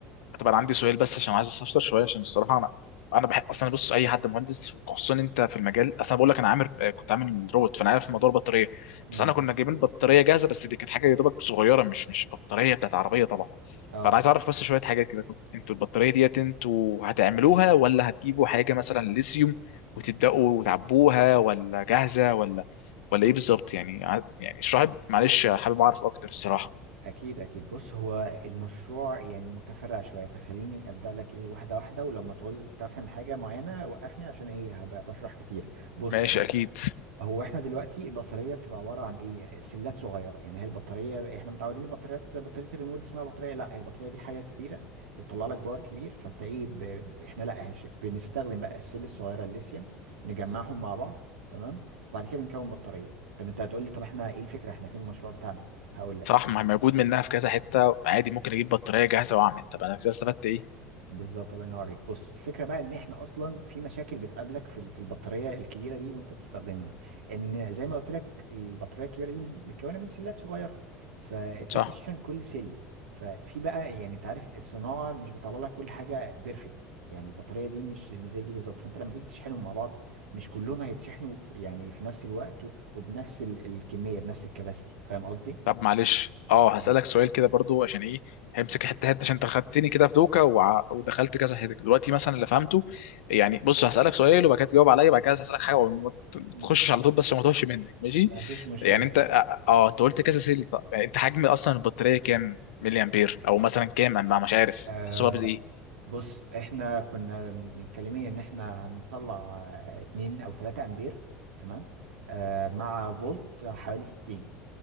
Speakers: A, on the left; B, on the right.
A: طب انا عندي سؤال بس عشان عايز استفسر شويه عشان الصراحه انا انا بحب اصلا بص اي حد مهندس خصوصا انت في المجال اصلا بقول لك انا عامل آه، كنت عامل روبوت فانا عارف موضوع البطاريه
B: امم
A: بس انا كنا جايبين بطاريه جاهزه بس دي كانت حاجه يا دوبك صغيره مش مش بطاريه بتاعت عربيه طبعا
B: اه
A: فانا عايز اعرف بس شويه حاجات كده كنت انتوا البطاريه ديت انتوا هتعملوها ولا هتجيبوا حاجه مثلا ليثيوم وتبداوا تعبوها ولا جاهزه ولا ولا ايه بالظبط يعني ع- يعني اشرح لي- معلش
B: بص
A: حابب اعرف اكتر الصراحه
B: اكيد اكيد بص هو المشروع يعني متفرع شويه فخليني ابدا لك ايه واحده واحده ولما تعوز تفهم حاجه معينه وقفني عشان ايه هبقى بشرح كتير بص
A: ماشي
B: هو
A: اكيد
B: هو احنا دلوقتي البطاريه بتبقى عباره عن ايه سلات صغيره يعني هي البطاريه احنا متعودين البطاريات بطاريه الريموت دي اسمها بطاريه لا البطاريه دي حاجه كبيره بتطلع لك باور كبير فانت ايه ب... احنا لا هش- بنستخدم بقى السل الصغيره الليثيوم نجمعهم مع بعض تمام وبعد كده بنكون بطاريه طب انت هتقول لي طب احنا ايه الفكره احنا فين المشروع بتاعنا هقول لك
A: صح ما هي موجود منها في كذا حته عادي ممكن اجيب بطاريه جاهزه واعمل طب انا كده استفدت ايه
B: بالظبط الله ينور عليك بص الفكره بقى ان احنا اصلا في مشاكل بتقابلك في ال- في البطاريه الكبيره دي وانت بتستخدمها ان زي ما قلت لك البطاريه الكبيره دي متكونه من سلات صغيره فانت
A: صح
B: بتشحن كل سل ففي بقى يعني انت عارف الصناعه مش بتطلع لك كل حاجه بيرفكت يعني البطاريه دي مش مش زي دي بالظبط فانت لما تيجي تشحنهم مع بعض مش كلهم هيتشحنوا في- يعني في نفس الوقت و- وبنفس ال- الكميه بنفس الكباستي فاهم قصدي؟
A: طب معلش اه
B: مم.
A: هسالك سؤال كده برضو عشان ايه همسك حته حته عشان انت خدتني كده في دوكا وع- ودخلت كذا حته دلوقتي مثلا اللي فهمته يعني بص هسالك سؤال وبعد كده تجاوب عليا وبعد كده هسالك حاجه وما ت-
B: مم.
A: تخشش على طول بس عشان ما توهش منك ماشي
B: ما فيش مشكله
A: يعني انت اه آه، انت قلت كذا سيل طب يعني انت حجم اصلا البطاريه كام ملي امبير او مثلا كام انا مش عارف
B: آه
A: احسبها بايه
B: بص احنا كنا متكلمين ان احنا هنطلع آه، اتنين او تلاتة امبير تمام آه مع فولت حوالي ستين